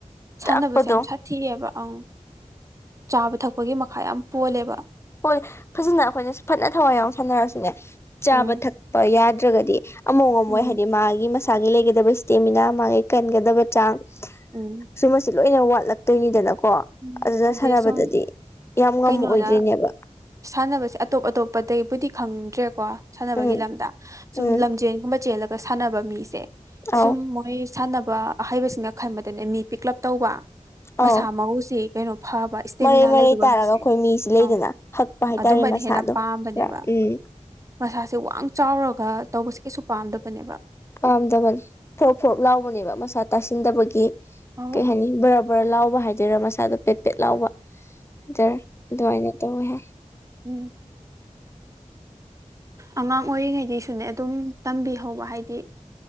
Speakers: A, on the right (about 25°); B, on the left (about 20°).
A: ꯁꯥꯟꯅꯕꯁꯦ
B: ꯆꯥꯛꯄꯗꯣ
A: ꯌꯥꯝ ꯁꯥꯊꯤꯑꯦꯕ ꯑꯪ ꯆꯥꯕ ꯊꯛꯄꯒꯤ ꯃꯈꯥ ꯌꯥꯝ ꯄꯣꯜꯂꯦꯕ꯫
B: ꯍꯣꯏ ꯐꯖꯅ ꯑꯩꯈꯣꯏꯅꯁꯨ ꯐꯖꯅ ꯊꯋꯥꯏ ꯌꯥꯎ ꯁꯥꯟꯅꯔꯁꯨꯅꯦ ꯆꯥꯕ
A: ꯎꯝ
B: ꯊꯛꯄ ꯌꯥꯗ꯫ ꯅꯠꯇ꯭ꯔꯒꯗꯤ ꯑꯃꯨꯛ ꯉꯝꯃꯣꯏ
A: ꯎꯝ
B: ꯍꯥꯏꯗꯤ ꯃꯥꯒꯤ ꯃꯁꯥꯒꯤ ꯂꯩꯒꯗꯕ ꯏꯁꯇꯦꯃꯤꯅꯥ ꯃꯥꯒꯤ ꯀꯟꯒꯗꯕ ꯆꯥꯡ꯫
A: ꯎꯝ
B: ꯁꯨꯝꯕꯁꯤ ꯂꯣꯏꯅ ꯋꯥꯠꯂꯛꯇꯣꯏꯅꯤꯗꯅꯀꯣ
A: ꯎꯝ
B: ꯑꯗꯨꯅ
A: ꯑꯗꯩ
B: ꯁꯥꯟꯅꯕꯗꯗꯤ
A: ꯁꯨꯝ
B: ꯌꯥꯝ ꯉꯝꯃꯑꯣꯏꯗꯣꯏꯅꯦꯕ
A: ꯀꯩꯅꯣꯅ ꯁꯥꯟꯅꯕꯁꯦ ꯑꯇꯣꯞ ꯑꯇꯣꯞꯄꯇꯩꯩꯕꯨꯗꯤ ꯈꯪꯗ꯭ꯔꯦꯀꯣ ꯁꯥꯟꯅꯕꯒꯤ
B: ꯎꯝ
A: ꯂꯝꯗ ꯁꯨꯝ
B: ꯎꯝ
A: ꯂꯝꯖꯦꯜꯒꯨꯝꯕ ꯆꯦꯜꯂ ꯑꯗꯨꯒ ꯁꯥꯟꯅꯕ ꯃꯤꯁꯦ
B: ꯑꯧ
A: ꯁꯨꯝ ꯃꯣꯏ ꯁꯥꯟꯅꯕ ꯑꯍꯩꯕꯁꯤꯡꯅ ꯈꯟꯕꯗꯅꯦ ꯃꯤ ꯄꯤꯛꯂꯞ ꯇꯧꯕ ꯃꯁꯥ
B: ꯑꯧ
A: ꯃꯎꯁꯤ ꯀꯩꯅꯣ ꯐꯕ ꯏꯁꯇꯦꯃꯤꯅꯥ
B: ꯃꯔꯩ ꯃꯔꯩ
A: ꯂꯩꯗꯧꯕ
B: ꯇꯥꯔꯒ
A: ꯃꯤꯁꯦ
B: ꯑꯩꯈꯣꯏ ꯃꯤꯁꯤ ꯂꯩꯗꯅ
A: ꯑꯪ
B: ꯍꯛꯄ
A: ꯑ
B: ꯍꯥꯏꯇꯥꯔꯦ
A: ꯑꯗꯨꯝꯕꯅ
B: ꯃꯁꯥꯗꯣ
A: ꯍꯦꯟꯅ ꯄꯥꯝꯕꯅꯦꯕ
B: ꯈꯔ ꯎꯝ
A: ꯃꯁꯥꯁꯦ ꯋꯥ ꯆꯥꯎꯔꯒ ꯇꯧꯕꯁꯦ ꯀꯩꯁꯨ ꯄꯥꯝꯗꯕꯅꯦꯕ
B: ꯄꯥꯝꯗꯕꯅꯤ ꯐꯣꯔꯣꯛ ꯐꯣꯔꯣꯛ ꯂꯥꯎꯕꯅꯦꯕ ꯃꯁꯥ ꯇꯥꯁꯤꯟꯗꯕꯒꯤ
A: ꯑꯧ
B: ꯀꯩ ꯍꯥꯏꯅꯤ ꯕ ꯕꯔ ꯂꯥꯎꯕ ꯍꯥꯏꯖꯔꯥ ꯃꯁꯥꯗ ꯄꯦꯛ ꯄꯦꯠ ꯂꯥꯎꯕ ꯑꯗꯨꯗ ꯑꯗꯨꯃꯥꯏꯅ ꯇꯧꯍꯦ
A: ꯎꯝ ꯑꯉꯥꯡ ꯑꯣꯏꯔꯤꯉꯩꯗꯒꯤꯁꯨꯅꯦ ꯑꯗꯨꯝ ꯇꯝꯕꯤꯍꯧꯕ ꯍꯥꯏꯗꯤ